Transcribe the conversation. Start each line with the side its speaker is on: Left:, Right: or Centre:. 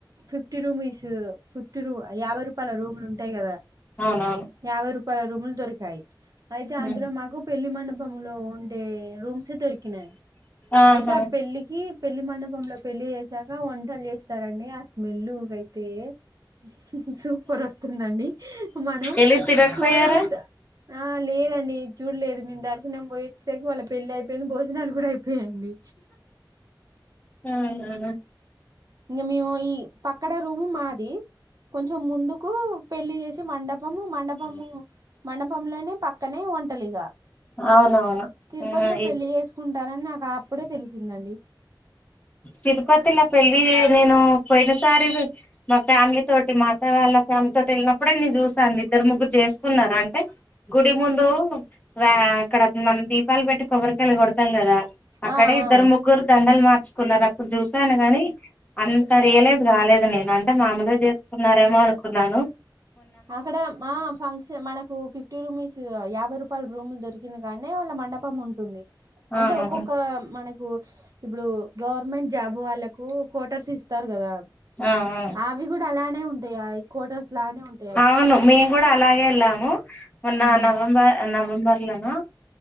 Right: ఫిఫ్టీ రూమీస్, ఫిఫ్టీ రూ యాబై ర్ రూపాల రూములు ఉంటాయి గదా.
Left: అవునవును
Right: యాభై రూపాయల రూములు దొరికాయి. అయితే అందులో
Left: ఉమ్
Right: మాకు పెళ్లి మండప్ పంలో ఉండే రూమ్సే దొరికినాయి.
Left: ఆహా
Right: అయితే ఆ పెళ్ళికి పెళ్లి మండపంలో పెళ్లిచేసాక, వంటలు చేస్తారండి. ఆ స్మెల్లుగయితే ఉహుహు సూపర్ వస్తుందండి. మనం
Left: ఎలిసి తిరగకపోయారా
Right: చూడడమెద ఆ లేదండి. చూడలేదు మేం దర్శనం బోయేచ్చెసరికి, వాళ్ళక్ పెళ్ళైపోయింది. భోజనాలు కూడా అయి పోయ్ అండి
Left: అవున
Right: ఇంగా మేము, ఈ పక్కడ రూము మాది, కొంచెం ముందుకు పెళ్లి చేసే మండపము, మండపము, మండపంలోనే పక్కనే వంటలిగా.
Left: అవునవును
Right: తిరుపతిలో
Left: ఆ ఈ
Right: పెళ్లి జేసుకుంటారని నాక్ ఆ అప్పుడే తెలిసిందండి.
Left: తిరుపతిలా పెళ్ళి జే నేను పోయినసారి. మా ఫ్యామిలీ తోటి, మా ఆత్తావాళ్ళ ఫా తమతోటెళ్లినప్పుడే నేను చూశాను ఇద్దరు, ముగ్గురు చేసుకున్నారా. అంటే గుడి ముందు, వా అక్కడ మనం దీపాలు పెట్టి, కొబ్బరికాయలు కొడతాం గదా. అక్కడే
Right: ఆ
Left: ఇద్దరు,
Right: ఆ
Left: ముగ్గురు దండల్ మార్ కున్నారు అప్పుడు చూసాను గాని. అంత రియలైజ్ గాలేదు నేను, అంటే మామలుగా చేసుకున్నారేమో అన్ కున్నాను.
Right: అక్కడ ఆ ఫంక్షన్ మనకు ఫిఫ్టీ రూమీస్ యాభై రూప్ పాళ్ళ్ రూములు దొరికింది గాని. వాళ్ళ మండపం ఉంటుంది. అంటే
Left: అవును
Right: ఒక్కొక్క మనక్ కూ ఇప్పుడు గవర్నమెంట్ జాబ్ వాళ్ళకు, కోటర్స్ ఇస్తారు గదా.
Left: ఆ ఆ
Right: అవీ గూడా అలానే ఉంటాయి. అవి కోటోర్సు లానే ఉంట్
Left: అవును మేము గూడా అలాగే వెళ్ళాము మొన్న
Right: ఉమ్.
Left: నవంబర్ నవంబర్ లనా